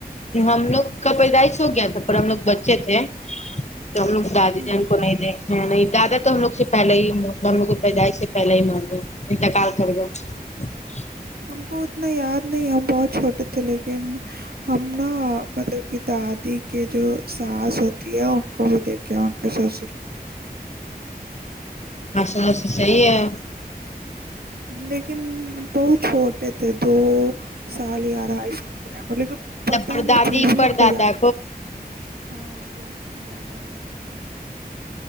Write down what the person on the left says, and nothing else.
ہم لوگ کا پیدائش ہو گیا تھا اور ہم لوگ بچے تھے تو ہم لوگ دادی
جان کو نہیں دیں نہیں نہیں زیادہ تو ہم لوگ سے پہلے ہیب ہم لوگ کی پیدائ سے پہلے ہی مان رہ انتقال کر گا <inaudible>
بسا بس صحی ہے
مطلب
پر
دادی
پر
دادا